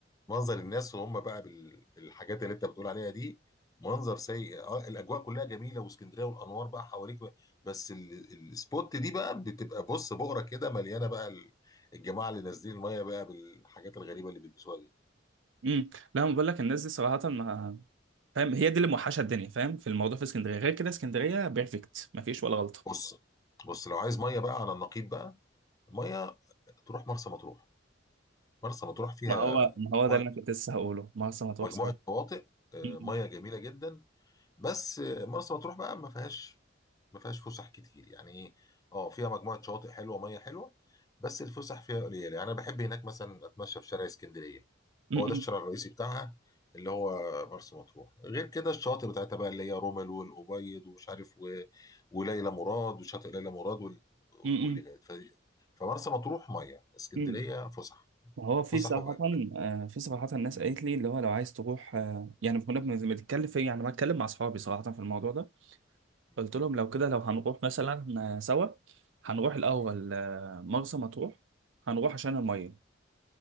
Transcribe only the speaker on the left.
منظر الناس وهُم بقى بال بالحاجات اللي أنت بتقول عليها دي، منظر سيء. آه، الأجواء كلّها جميلة واسكندرية والأنوار بقى حواليك و بس ال الspot دي بقى بتبقى بُص بُقرة كده مليانة بقى ال الجماعة اللي نازلين المَيّة بقى بالحاجات الغريبة اللي بيلبسوها دي.
بص بص لو عايز ميه بقى على النقيض بقى ميه تروح مرسى مطروح مرسى مطروح فيها
مجموعه
مجموعة
شواطئ آه،
ميه جميله جدا بس آه، مرسى مطروح بقى ما فيهاش ما فيهاش فسح كتير يعني ايه اه فيها مجموعه شواطئ حلوه ميه حلوه بس الفسح فيها قليله يعني انا بحب هناك مثلا اتمشى في شارع اسكندريه
هو
ده الشارع الرئيسي بتاعها اللي هو مرسى مطروح غير كده الشواطئ بتاعتها بقى اللي هي رمل والابيض ومش عارف و... وليلى مراد وشاطئ ليلى مراد وال...
والليلات
ف... فمرسى مطروح ميه اسكندريه
فسح
فسح
واجواء
مم.
مم.